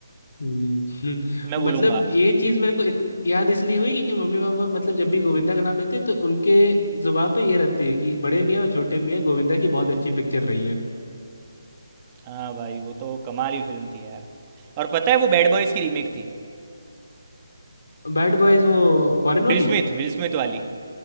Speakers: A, on the left; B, on the right.
A: हम्म, <laughs>
B: मैं बोलूँगा
A: मतलब ये चीज मेरे को इतन, याद इसलिए हुई क्योंकि मम्मी पापा मतलब जब भी गोविंदा का नाम लेते हैं तो उनके जुबान पे ये रहती है कि बड़े मियाँ और छोटे मियाँ गोविंदा की बहुत अच्छी पिक्चर रही है
B: हाँ भाई वो तो कमाल ही फिल्म थी यार और पता है वो बैड बॉयज़ की रीमेक थी
A: बैड बॉयज वो फॉरेन वाली
B: विल स्मिथ विल स्मिथ वाली